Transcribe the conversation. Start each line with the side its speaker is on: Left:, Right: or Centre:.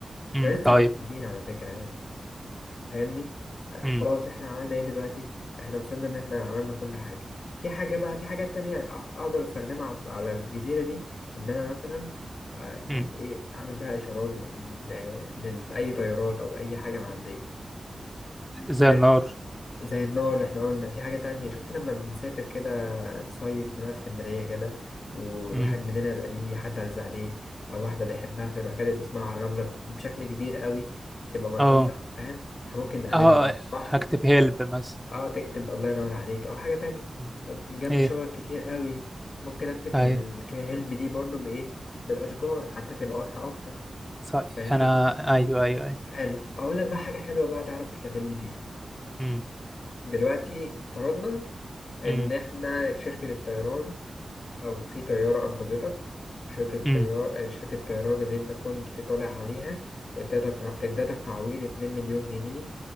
Left: احنا
Centre: امم
Left: ينفع
Centre: طيب
Left: موقفين على فكره يعني. فاهمني آه،
Centre: امم
Left: خلاص احنا عملنا ايه دلوقتي احنا وصلنا ان احنا عملنا كل حاجة في حاجة بقى في حاجات تانية أ- اقدر استخدمها على على الجزيرة دي ان انا مثلا آه، يعني
Centre: امم
Left: ايه اعمل بها اشارات لل- لل- لاي طيارات او اي حاجة معدية
Centre: زي
Left: حلو
Centre: النار
Left: زي النار اللي احنا قلنا في حاجة تانية شفت لما بنسافر كده نصيف نروح اسكندرية كده والواحد
Centre: امم
Left: مننا يبقى ليه حد عز عليه أو واحدة بيحبها فيروح كاتب اسمها على الرملة بشكل كبير قوي تبقى ملحوظة
Centre: اه
Left: فاهم؟ احنا ممكن نعملها
Centre: اه
Left: برضه صح؟
Centre: هكتب هيلب مثلا
Left: اه تكتب الله ينور عليك او حاجه تانية
Centre: مم.
Left: جنب
Centre: ايه
Left: شجر كتير قوي ممكن اكتب
Centre: ايوه
Left: الكاهلب دي برضو بايه بالاشجار حتى تبقى واضحه اكتر
Centre: صحيح.
Left: فاهمني
Centre: انا ايوه ايوه ايوه
Left: حلو اقول لك بقى حاجه حلوه بقى تعرف تكلمني فيها
Centre: امم
Left: دلوقتي فرضنا ان
Centre: امم
Left: احنا شركه الطيران او في طياره انقذتك شركة الطيار
Centre: امم
Left: شركة الطيران اللي انت كنت طالع عليها ادتك ادتك تعويض 2 مليون جنيه